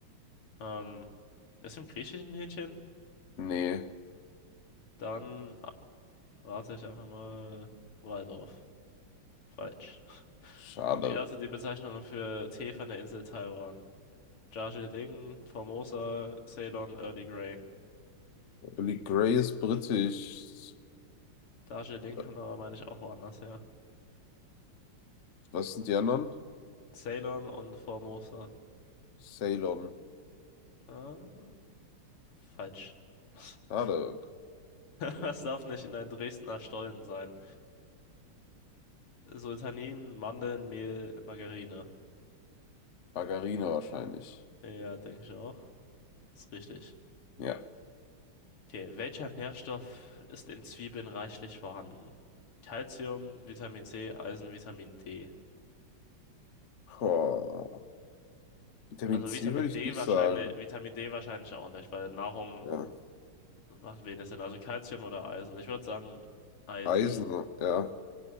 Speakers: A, on the left; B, on the left.
A: Ähm, ist im griechischen Hähnchen?
B: nee,
A: Dann rate ich einfach mal Waldorf. Falsch.
B: schade.
A: Wie lautet die Bezeichnung für Tee von der Insel Taiwan? Darjeeling, Formosa, Ceylon, Early Grey.
B: Billy Grey ist britisch.
A: Darjeeling
B: Äh,
A: kommt aber, meine ich, auch woanders her.
B: Was sind die anderen?
A: Ceylon und Formosa.
B: Ceylon.
A: Äh, falsch. <laughs>
B: Schade.
A: Was darf nicht in einem Dresdner Stollen sein? Sultanin, Mandeln, Mehl, Margarine.
B: Margarine wahrscheinlich.
A: Ja, denke ich auch. Ist richtig.
B: Ja.
A: Okay, welcher Nährstoff ist in Zwiebeln reichlich vorhanden? Calcium, Vitamin C, Eisen, Vitamin D.
B: Boah. Vitamin
A: Also
B: C
A: Vitamin
B: würde ich
A: D
B: nicht
A: wahrscheinlich,
B: sagen.
A: Vitamin D wahrscheinlich auch nicht, weil Nahrung
B: Ja.
A: macht wenig Sinn. Also Calcium oder Eisen. Ich würde sagen Eisen.
B: Eisen, ja.